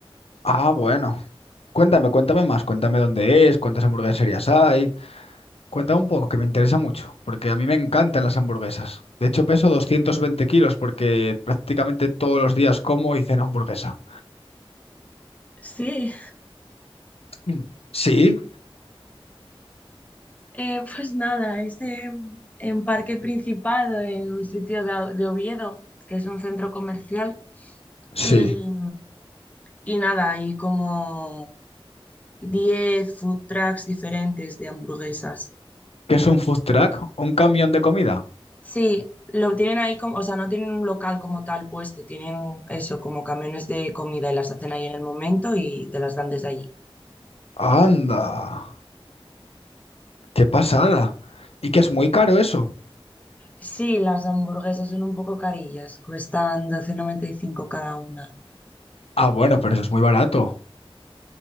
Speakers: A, on the left; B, on the left.
A: Ah, bueno. Cuéntame, cuéntame más. Cuéntame dónde es, cuántas hamburgueserías hay. Cuéntame un poco, que me interesa mucho, porque a mí me encantan las hamburguesas. De hecho, peso 220 kilos porque prácticamente todos los días como y ceno hamburguesa.
B: Sí,
A: Mm. Sí,
B: eh, pues nada, es en, en Parque Principado, en un sitio de, de Oviedo, que es un centro comercial,
A: sí.
B: y, y nada, hay como 10 food trucks diferentes de hamburguesas.
A: ¿Qué es un food truck? ¿Un camión de comida?
B: Sí, lo tienen ahí como, o sea, no tienen un local como tal puesto, tienen eso, como camiones de comida y las hacen ahí en el momento y te las dan desde allí.
A: Anda, qué pasada. ¿Y que es muy caro eso?
B: Sí, las hamburguesas son un poco carillas, cuestan 12,95 cada una.
A: Ah, bueno, pero eso es muy barato.